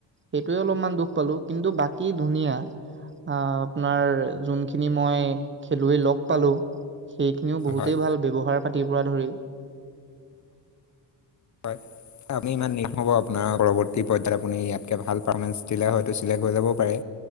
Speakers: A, on the right; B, on the left.
A: সেইটোৱে অলপমান দুখ পালো। কিন্তু বাকী ধুনীয়া। আ আপোনাৰ যোনখিনি মই খেলুৱৈ লগ পালো সেইখিনিও বহুতেই
B: হয়।
A: ভাল ব্যৱহাৰ পাতিৰ পৰা ধৰি।
B: হয়। আপুনি ইমান নিৰ্হব আপোনাৰ পৰৱৰ্তী পৰ্যায়ত আপুনি ইয়াতকে ভাল পাৰেঞ্চ দিলে হয়তো চিলেক্ট হৈ যাব পাৰে।